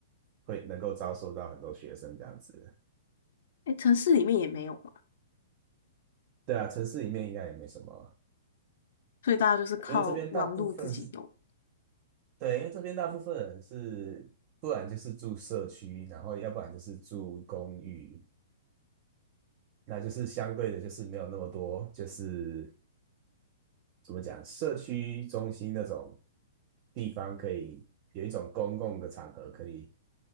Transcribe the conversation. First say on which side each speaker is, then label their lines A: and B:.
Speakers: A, on the right; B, on the left.
A: 会能够招收到很多学生这样子。
B: 诶，城市里面也没有。
A: 对啊，城市里面应该也没什么，
B: 所以大家就是靠网络自己弄，
A: 因为这边大部分是，对，因为这边大部分人是，不然就是住社区，然后要不然就是住公寓。那就是相对的，就是没有那么多，就是怎么讲，社区中心那种地方，可以有一种公共的场合，可以